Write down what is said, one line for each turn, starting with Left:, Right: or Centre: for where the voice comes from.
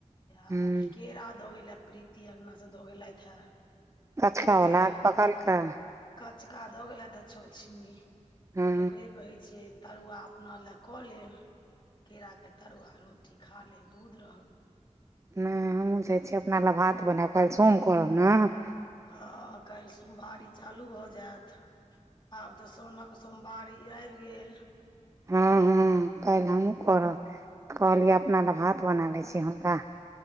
Left: आ
Right: हूँ
Left: केरा द गेलये फी प्रीति अंगना से दऽ गेलथि हे,
Right: कचका
Left: ओकरे चाहे
Right: वला पकलका
Left: कट कचका दऽ गेलथि ह, छअ छिमी
Right: हूँ
Left: तऽ ओकरे कहै छियै। तरुआ अपना लय कऽ लेब, केराके तरुआ रोटी खा लेब, दूध रहत।
Right: हूँ हमहूँ जाय छी अपना ल भात बनायब, काल्हि सोम करब ने नै हमहुँ जाय छि अपना ले भात बनैब, काइल सोम करब ने।।
Left: हँ, काल्हि सोमवारी चालू भऽ जायत। आब तऽ साउनक सोमवारी आबि गेल।
Right: हँ हँ, काल्हि हमहुँ करब, कहलियै अपना ल भात बना लय छी, हुनका